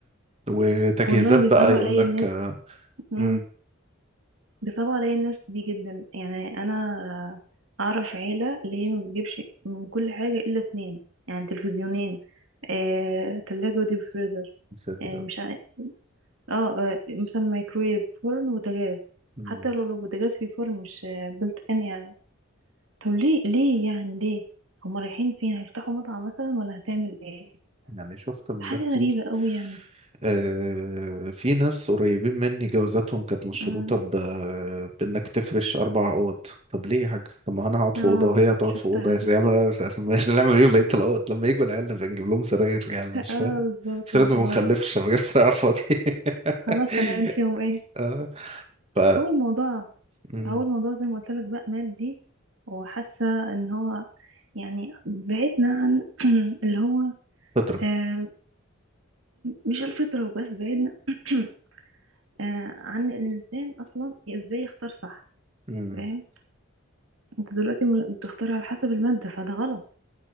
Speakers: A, on the right; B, on the right.
A: وتجهيزات
B: والله
A: بقى
B: بيصعبوا
A: يقول
B: عليا
A: لك
B: الناس مم،
A: امم
B: بيصعبوا عليا الناس دي جدا يعني انا اعرف عيله اللي هي ما بتجيبش من كل حاجه الا اتنين يعني تلفزيونين آه، تلاجة وديب فريزر
A: يا ساتر
B: آه،
A: يا رب.
B: مش عارف اه آه، مثلا مايكرويف فرن وبوتاجاز
A: مم.
B: حتى لو البوتاجاز فيه فرن مش بلت ان يعني طب ليه ليه يعني ليه هما رايحين فين هيفتحوا مطعم مثلا ولا هتعمل ايه
A: يعني شفت من
B: حاجة
A: ده كتير
B: غريبة قوي يعني
A: آه، في ناس قريبين مني جوازاتهم كانت مشروطة
B: امم
A: ب... بإنك تفرش أربع أوض طب ليه يا حاج؟ طب ما أنا هقعد
B: اه
A: في أوضة وهي هتقعد
B: شفتها
A: في أوضة يا سيدي
B: دي
A: نعمل إيه في بقية الأوض لما يجوا العيال نبقى نجيب لهم سراير يعني
B: اه
A: مش فاهم
B: بالظبط
A: افترض
B: والله
A: ما بنخلفش ما جبتش سراير على الفاضي
B: خلاص
A: <laughs>
B: هنعمل فيهم ايه
A: آه، ف
B: هو الموضوع
A: مم،
B: هو الموضوع زي ما قلت لك بقى مادي وحاسه ان هو يعني بعدنا عن <clears throat> اللي هو
A: فطرة
B: آه، مش الفطره وبس بعدنا <clears throat> آه، عن الانسان اصلا ازاي يختار صح
A: مم،
B: فاهم انت دلوقتي بتختار على حسب الماده فده غلط